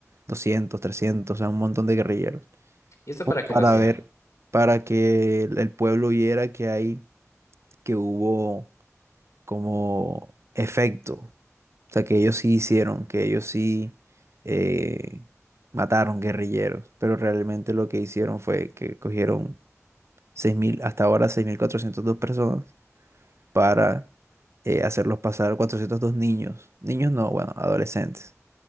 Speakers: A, on the right; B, on the left.
A: doscientos trescientos o sea, un montón de guerrilleros.
B: ¿Y esto
A: Como
B: para qué
A: Para
B: lo hacían?
A: ver, para que el el pueblo viera que hay, que hubo como efecto. O sea, que ellos sí hicieron, que ellos sí eh, mataron guerrilleros, pero realmente lo que hicieron fue que cogieron seis mil hasta ahora 6.402 personas para eh, hacerlos pasar 402 niños, niños no, bueno, adolescentes